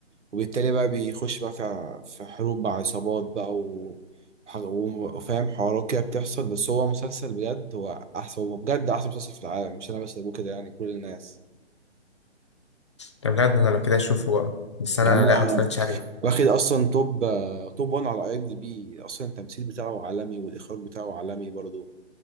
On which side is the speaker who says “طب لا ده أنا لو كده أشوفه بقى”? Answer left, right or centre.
Left